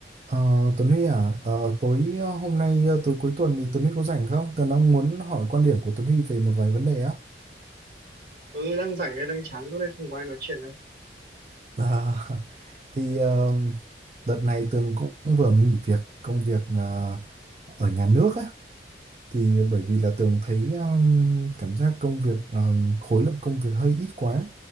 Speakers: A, on the right (about 35°); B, on the right (about 55°).
A: Ờ, Tuấn Huy à, Ờ, tối ờ, hôm nay ờ, tối cuối tuần thì Tuấn Huy có rảnh không? Tớ đang muốn hỏi quan điểm của Tuấn Huy về một vài vấn đề á.
B: ừ đang rảnh đây đang chán chỗ đây không có ai nói chuyện đây
A: Ờ, <laughs> thì ờ, đợt này Tường cũng vừa mới nghỉ việc công việc ờ, ở nhà nước á, thì bởi vì là Tường thấy ừm, cảm giác công việc ừm, khối lượng công việc hơi ít quá